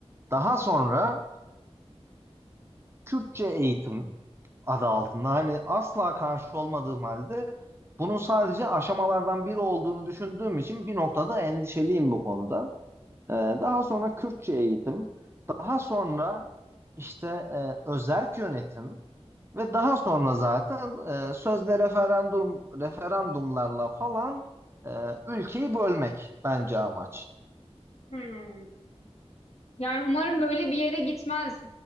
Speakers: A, on the right; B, on the left.
A: Daha sonra Kürtçe eğitim adı altında hani asla karşı olmadığım halde bunun sadece aşamalardan biri olduğunu düşündüğüm için bir noktada endişeliyim bu konuda. Ee, daha sonra Kürtçe eğitim, daha sonra işte e, özerk yönetim ve daha sonra zaten e, sözde referandum referandumlarla falan e, ülkeyi bölmek bence amaç.
B: Hmm. Yani umarım böyle bir yere gitmez.